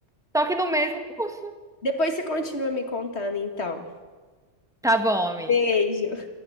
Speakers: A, in the centre; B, on the left.
A: Só que no mesmo curso.
B: Depois você continua me contando, então.
A: Tá bom, amiga.
B: Beijo.